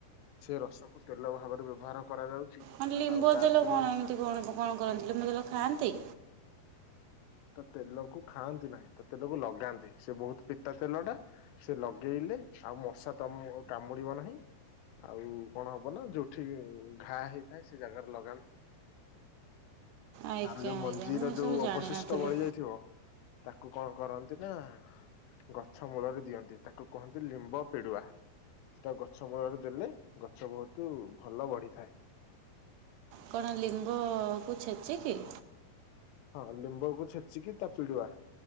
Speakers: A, on the left; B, on the right.
A: ସେ ରସ କୁ ତେଲ ଭାବରେ ବ୍ୟବହାର କରାଯାଉଛି।
B: ମାନେ ଲିମ୍ବ
A: ଆଉ ତାର
B: ତେଲ
A: ଯୋଉ
B: କଣ ଏମିତି କଣ କଣ କରନ୍ତି ଲିମ୍ବ ତେଲ ଖାଆନ୍ତି?
A: ତା ତେଲକୁ ଖାଆନ୍ତି ନାହିଁ ତା ତେଲକୁ ଲଗାନ୍ତି ସେ ବହୁତ ପିତା ତେଲ ଟା। ସେ ଲଗେଇଲେ ଆଉ ମଶା ତମ-ଅ-ଅ କାମୁଡିବ ନାହିଁ। ଆଉ କଣ ହବ ନା ଯୋଉଠି ଘା ହେଇଥାଏ ସେ ଜାଗାରେ ଲଗାନ୍
B: ଆଜ୍ଞା
A: ତାର ଯୋଉ ମଞ୍ଜିର
B: ଆଜ୍ଞା ମୁଁ ଏସବୁ
A: ଯୋଉ
B: ଜାଣିନଥିଲି
A: ଅବଶିଷ୍ ଟ ଥିବ ତାକୁ କଣ କରନ୍ତି ନା ଗଛ ମୂଳରେ ଦିଅନ୍ତି ତାକୁ କୁହନ୍ତି ଲିମ୍ବ ପିଡୁଆ। ସେଟା ଗଛ ମୂଳରେ ଦେଲେ ଗଛ ବହୁତ ଭଲ ବଢିଥାଏ।
B: କଣ ଲିମ୍ବ-ଅ-ଅ-ଅକୁ ଛେଚି କିି?
A: ହଁ ଲିମ୍ବକୁୁ ଛେଚିକି ତା ପିଡୁଆ।